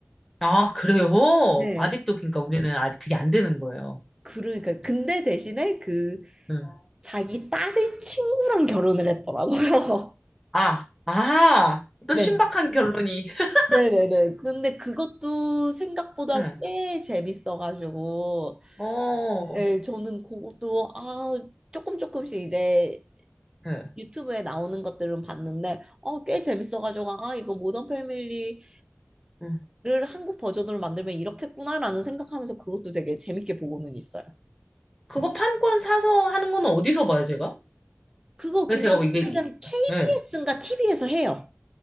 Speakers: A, in the centre; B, on the right.
A: 아, 그래요?
B: 네.
A: 아직도, 그러니까 우리는 아직 그게 안 되는 거예요.
B: 그러니까 근데 대신에 그
A: 응.
B: 자기 딸의 친구랑 결혼을 했더라고요.
A: 아, 아, 또
B: <laughs> 네.
A: 신박한 결론이. <laughs>
B: 네네네. 근데 그것도 생각보다
A: 응,
B: 꽤 재밌어가지고,
A: 어,
B: 예, 저는 그것도, 아, 조금 조금씩 이제
A: 예,
B: 유튜브에 나오는 것들은 봤는데, 어, 꽤 재밌어가지고, 아, 이거 모던 패밀리를
A: 응.
B: 한국 버전으로 만들면 이렇겠구나라는 생각하면서 그것도 되게 재밌게 보고는 있어요.
A: 그거 판권 사서 하는 건 어디서 봐요, 제가?
B: 그거
A: 근데
B: 그냥,
A: 제가 뭐 이게,
B: 그냥
A: 이-
B: KBS인가
A: 예.
B: TV에서 해요.